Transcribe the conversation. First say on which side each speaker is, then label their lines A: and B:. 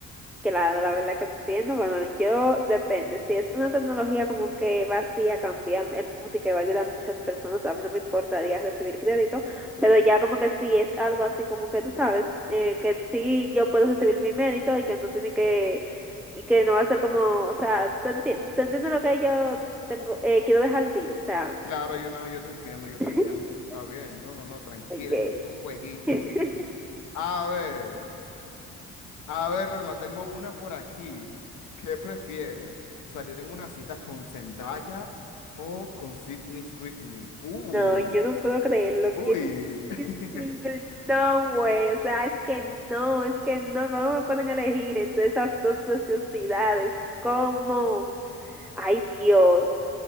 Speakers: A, in the centre; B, on the left.
A: Claro, la verdad que te entiendo. Bueno, yo depende. Si es una tecnología como que va así a cambiar el mundo y que va a ayudar a muchas personas, a mí no me importaría recibir crédito, pero ya como que si es algo así como que tú sabes, eh, que sí yo puedo recibir mi mérito y que no tiene que, y que no va a ser como, o sea, ¿tú entiendes tú entiendes lo que yo tengo, eh, quiero dejar dicho? O sea,
B: Claro, yo no, yo te entiendo, yo
A: <laughs>
B: te entiendo. Está bien, no, no, no, tranquila,
A: Okay.
B: que eso es un jueguito.
A: <laughs>
B: A ver. A ver, Norma, tengo una por aquí. ¿Qué prefieres? ¿Salir en una cita con Zendaya o con Sydney Sweeney? Uy,
A: No, yo no puedo creerlo,
B: uy,
A: qué difícil.
B: <laughs>
A: No, güey, o sea, es que no, es que no, ¿cómo me pueden elegir entre esas dos sociedades? ¿Cómo? Ay, Dios,